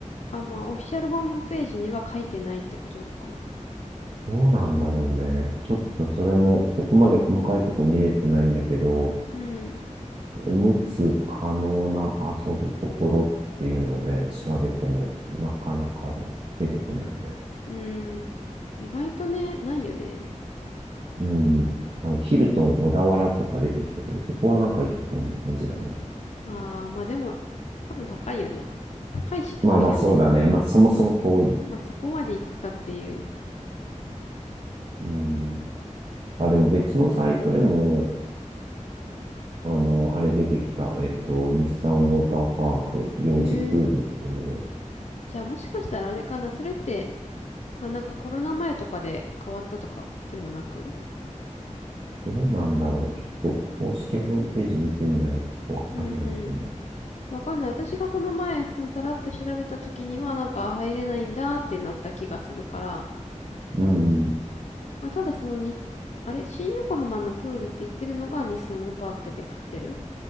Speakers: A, on the left (about 60°); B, on the right (about 45°).
A: あ、まあ、オフィシャルホームページには書いてないってことなのかな。
B: どうなんだろうね。ちょっとそれも、そこまで細かいとこ見れてないんだけど、
A: うん。
B: おむつ可能な遊ぶところっていうので調べてもなかなか出てこないね。
A: うん。意外とね、ないよね。
B: うん。あのヒルトン小田原とか出てきたけど、そこはなんか行けそうな感じだね
A: ああ、まあでも、多分高いよね。高いし遠いよね。
B: まあまあそうだね。まあそもそも遠いね。
A: まあそこまで行くかっていう。
B: うん。あ、でも別のサイトでも、あの、あれ出てきた、えっと、日産ウォーターパーク、幼児プールっていうので、
A: へえ。じゃあもしかしたらあれかな。それって、まあなんかコロナ前とかで変わったとかでもなく。
B: どうなんだろう。ちょっと公式ホームページ見てみないとわかんないかも。
A: うんわかんない。私がこの前、そのさらっと調べた時には、なんか入れないんだってなった気がするから、
B: うん。
A: まあ、ただそのに、あれ、新横浜のプールって言ってるのが日産のパークでやってる